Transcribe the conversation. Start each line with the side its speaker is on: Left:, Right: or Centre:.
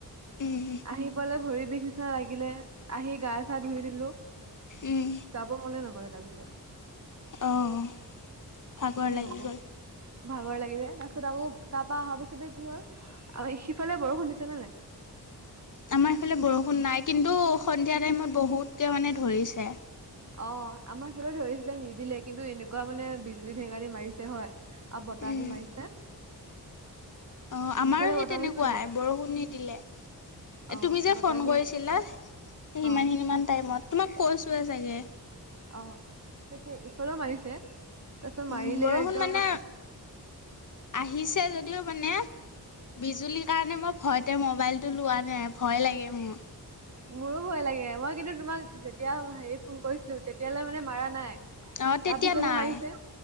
Left: উম
Right: আহি পেলাই ভৰি বিষ নিচিনা লাগিলে আহি গা চা ধুই দিলো
Left: উম
Right: যাব মনে নগলে তাপিছত
Left: অঁ ভাগৰ
Right: তাকে
Left: লাগি
Right: নগ'লো।
Left: গ'ল
Right: ভাগৰ লাগিলে তাৰ পছত আকৌ তাপা অহা পাছতে কি হ'ল আৰু সিফালে বৰষুণ দিছে দিচে নে নাই
Left: আমাৰ এইফালে বৰষুণ নাই কিন্তু সন্ধিয়া টাইমত বহুতকে মানে ধৰিছে
Right: অ আমাৰ ফালে ধৰিছিলে নিদিলে কিন্তু এনেকুৱা মানে বিজুলী ঢেৰেকনি মাৰিছে হয় আৰু বতাহটো
Left: উম
Right: মাৰিছে
Left: অ আমাৰো
Right: সিফালে
Left: সেই
Right: বতাহ
Left: তেনেকুৱাই
Right: মাৰিছিল ন
Left: বৰষুণ নিদিলে এ
Right: অ'
Left: তুমি যে
Right: বতাহটো
Left: ফোন কৰিছিলা সিমান
Right: অ'
Left: সিনিমান টাইমত তোমাক কৈছোৱে চাগে
Right: অহ তেতিয়া ইফালেও মাৰিছে তাপাছত
Left: উম
Right: মাৰিলে
Left: বৰষুণ
Right: একদম
Left: মানে আহিছে যদিও মানে বিজুলীৰ কাৰণে মই ভয়তে মোবাইলটো লোৱা নাই ভয় লাগে মোৰ
Right: মোৰো ভয় লাগে মই কিন্তু তোমাক যেতিয়া হেৰি ফোন কৰিছিলো তেতিয়ালে মানে মাৰা নাই
Left: অ তেতিয়া
Right: তা পিছতহে
Left: নাই
Right: মাৰিছে